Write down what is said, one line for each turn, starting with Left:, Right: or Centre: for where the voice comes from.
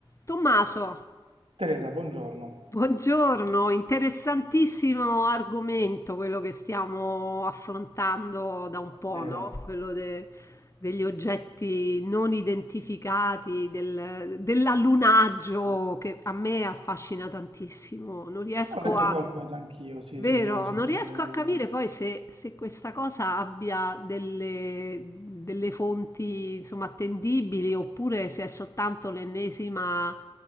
Left: Tommaso,
Right: Teresa, buongiorno.
Left: buongiorno, interessantissimo argomento quello che stiamo affrontando da un po',
Right: Vero.
Left: no? Quello de- degli oggetti non identificati, del- dell'allunaggio che a me affascina tantissimo. Non riesco
Right: Ho letto
Left: a,
Right: qualcosa anch'io, sì,
Left: Vero,
Right: sul, sul
Left: non
Right: tema
Left: riesco
Right: della
Left: a
Right: luna.
Left: capire poi se, se questa cosa abbia delle, delle fonti, insomma, attendibili oppure se è soltanto l'ennesima